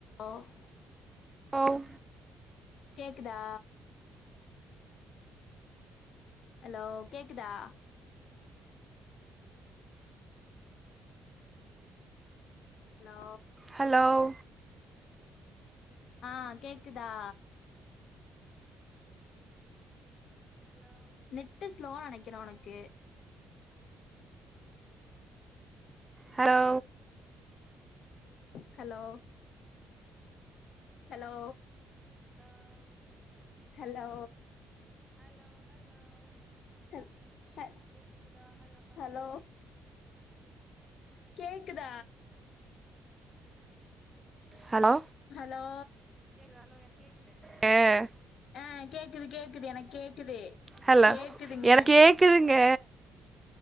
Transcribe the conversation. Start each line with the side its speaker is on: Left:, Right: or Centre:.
Left: ஆஹ்
Right: ஓவ்
Left: கேக்குதா ஹலோ கேக்குதா ஹலோ
Right: ஹலோவ்
Left: ஆஹ் கேக்குதா நெட்டு ஸ்லோ நெனைக்கிறே உனக்கு
Right: ஹலோ
Left: ஹலோ ஹலோ ஹலோ ச ஹல் ஹலோ கேக்குதா
Right: ஹலோ
Left: ஹலோ
Right: ய
Left: ஆ கேக்குது கேக்குது எனக்கு கேக்குது
Right: ஹலோ
Left: கேக்குதுங்க
Right: எனக்கு கேக்குதுங்க